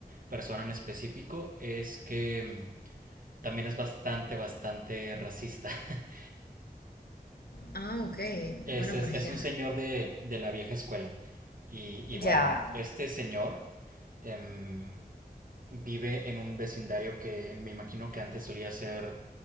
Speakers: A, on the right; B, on the left.
A: persona en específico es que mm, también es bastante, bastante racista. <laughs>
B: Ah, ok.
A: Es,
B: Bueno,
A: es,
B: pero es
A: es
B: que...
A: un señor de, de la vieja escuela. Y, y bueno,
B: Ya,
A: este señor em, vive en un vecindario que me imagino que antes solía ser